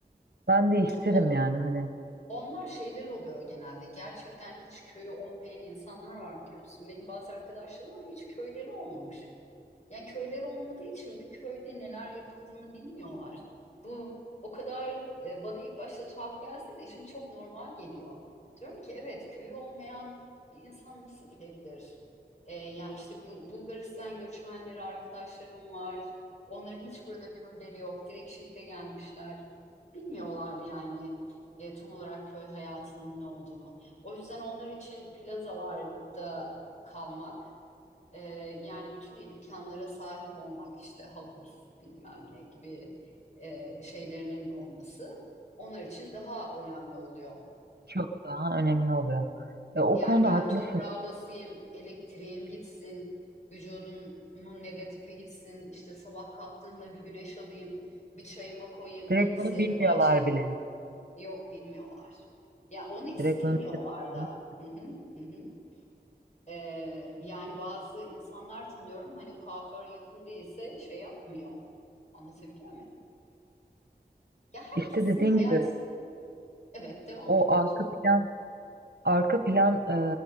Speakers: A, on the right; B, on the left.
A: Ben de isterim
B: O
A: yani hani
B: onlar şeyler oluyor genelde gerçekten hiç köyü olmayan insanlar var biliyor musun? Benim bazı arkadaşlarım var hiç köyleri olmamış. Yani köyleri olmadığı için bir köyde neler yapıldığını bilmiyorlar. Bu o kadar e, bana ilk başta tuhaf gelse de şimdi çok normal geliyor. Diyorum ki evet köyü olmayan bir insan nasıl bilebilir? E, yani işte Bul- Bulgaristan göçmenleri arkadaşlarım var. Onların hiç burada köyleri yok. Direkt şehre gelmişler. Bilmiyorlar yani e, tam olarak köy hayatının ne olduğunu. O yüzden onlar için plazalarda kalmak ee, yani bütün imkanlara sahip olmak işte havuz bilmem ne gibi e, şeylerinin olması onlar için daha önemli oluyor.
A: çok daha önemli oluyor. Ve o
B: Yani
A: konuda
B: ben
A: haklısın.
B: toprağa basayım, elektriğim gitsin, vücudumun negatifi gitsin, işte sabah kalktığımda bir güneş alayım, bir çayıma koyayım,
A: Direkt
B: bilgisayarımı
A: bunu bilmiyorlar
B: açayım.
A: bile.
B: Yok bilmiyorlar. Ya onu istemiyorlar
A: Direkt bunu ne demek olduğunu
B: da.
A: bilmiyorlar.
B: Hı hı, hı hı. Ee, yani bazı insanlar tanıyorum hani kuaför yakın değilse şey yapmıyor. Anlatabiliyor muyum? Ya herkesin
A: İşte dediğin
B: hayat
A: gibi
B: evet devam
A: o
B: et
A: arka
B: lütfen.
A: plan arka plan e,